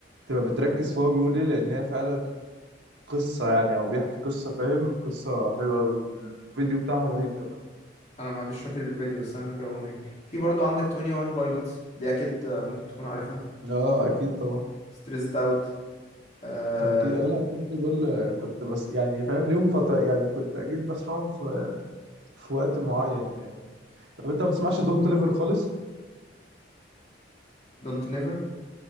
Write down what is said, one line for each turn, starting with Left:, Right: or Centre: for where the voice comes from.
Right: تبقى بتركز في هو بيقول ايه لان هي فعلا قصة يعني أو بيحكي قصة فاهم قصة حلوة أوي والفيديو بتاعها رهيب كمان
Left: انا ما مش فاكر الفيديو بس انا فاكر الاغنيه في برضو عندك 21 بايلوتس دي اكيد آه، ممكن تكون عارفها
Right: اه اكيد طبعا
Left: ستريسد اوت آه
Right: اكيد اه لا كل دول آه، كنت بس يعني فاهم ليهم فترة يعني كنت اكيد بسمعهم في في وقت معين يعني طب انت ما بتسمعش دون توليفر خالص
Left: دونت نيفر